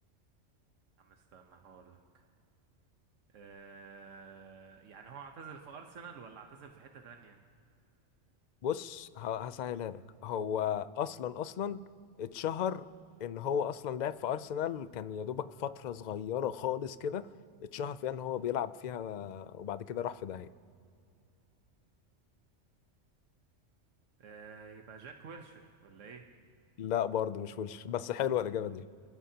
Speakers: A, on the right; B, on the left.
A: يا عم استنى هقول لك أه... يعني هو اعتزل في ارسنال ولا اعتزل في حته تانية
B: بص ه- هسهلها لك هو اصلا اصلا اتشهر ان هو اصلا لعب في ارسنال كان يا دوبك فتره صغيره خالص كده اتشهر فيها ان هو بيلعب فيها وبعد كده راح في داهيه
A: آه يبقى جاك ويلشر ولا ايه
B: لا برضه مش ويلش بس حلوه الاجابه دي